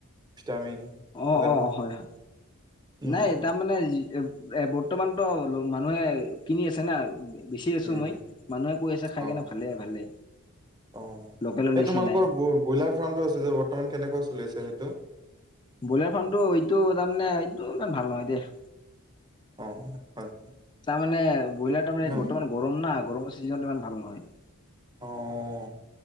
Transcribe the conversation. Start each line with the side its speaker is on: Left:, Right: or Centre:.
Right: ভিটামিন৷
Left: অ',
Right: চিটামিন।
Left: অ', হয়, হয়,
Right: উম,
Left: নাই তাৰমানে যি এ, বৰ্তমানতো মানুহে কিনি আছে না। বেচি আছো
Right: উম,
Left: মই,
Right: উম,
Left: মানুহে কৈ আছে খাই
Right: অ',
Left: কেনে ভালে ভালে,
Right: অ'।
Left: লোকেলৰ
Right: এই
Left: নিচিনাই৷
Right: তোমালোকৰ ব- ব্ৰইলাৰ ফাৰ্মটো আছে যে বৰ্তমান কেনেকুৱা চলি আছে সেইটো?
Left: ব্ৰইলাৰ ফাৰ্মটো এইটো তাৰমানে এইটো ইমান ভাল নহয় দে৷
Right: অ'। হয়।
Left: তাৰমানে, ব্ৰইলাৰ তাৰমানে
Right: ইমান
Left: বৰ্তমান গৰম না, গৰমৰ চিজনত ইমান ভাল নহয়৷
Right: অ',